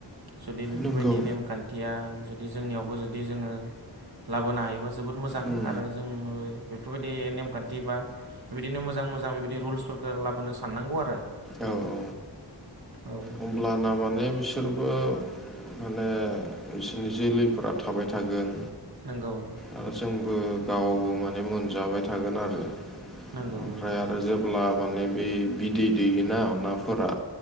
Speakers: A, on the right; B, in the centre.
A: जुदि बेफोरबायदि
B: नंगौ
A: नेमखान्थिया जुदि जोंनियावबो जुदि जोङो लाबोनो हायोबा जोबोद बहद मोजां
B: उम,
A: आरो जोङो बेफोरबायदि नेमखान्थि बा बेबायदिनो मोजां मोजां बेबायदि रुल्सफोरखौ लाबोनो साननांगौ आरो
B: औ औ
A: औ
B: हब्लाना माने बिसोरबो माने बिसोरनि जोलैफोरा थाबाय थागोन
A: नोंगौ
B: आरो जोंबो गावबो माने मोनजाबाय थागोन आरो
A: नंगौ
B: ओमफ्राय
A: नंगौ
B: आरो जेब्ला माने ब बिदै दैयोना नाफोरा